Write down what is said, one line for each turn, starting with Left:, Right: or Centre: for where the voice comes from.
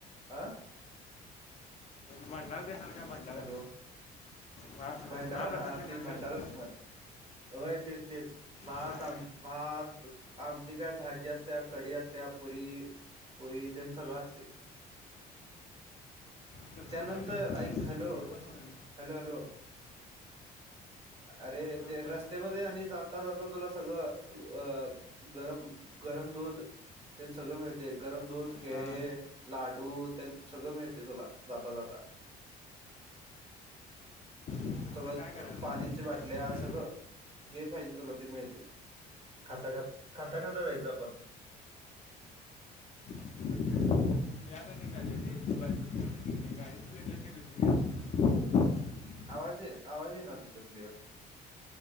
Right: आ.
Left: भंडारा देणार काय भंडारा.
Right: हॅलो
Left: महा
Right: भंडारा
Left: महाप्रसाद
Right: हा
Left: देणार
Right: ते
Left: काय
Right: भंडाराच
Left: तू
Right: म्हण. होय तेच तेच भात
Left: काय
Right: आमटी भात. आमटी काय भाजी असत्या कढी असत्या पुरी. पुरीण तेण सगळं असतंय.
Left: कसलं
Right: त्यानंतर
Left: काय करायला आपल्याला
Right: ऐक हॅलो
Left: जेवण म्हणून
Right: हॅलो हॅलो. अरे
Left: हां
Right: ते
Left: बोल
Right: रस्त्यामध्ये
Left: ना
Right: आणि जात. जाता जाता तुला सगळं अ गरम गरम दूध. तेनं सगळं मिळते. गरम दूध केळे
Left: हां
Right: लाडू तेनं सगळं मिळते तुला जाता जाता.
Left: कसलं
Right: सगळं
Left: काय करायला
Right: पाण्याची बाटल्या
Left: काय
Right: सगळं, जे पाहिजे तुला ते मिळते. खाता खाता खाता खाता जायचं आपण.
Left: हो याला निघालो रे. <unintelligible> गाडी तु घेतलीस का दुसरी घेतली.
Right: आवाज आवाज इना तुझा क्लिअर.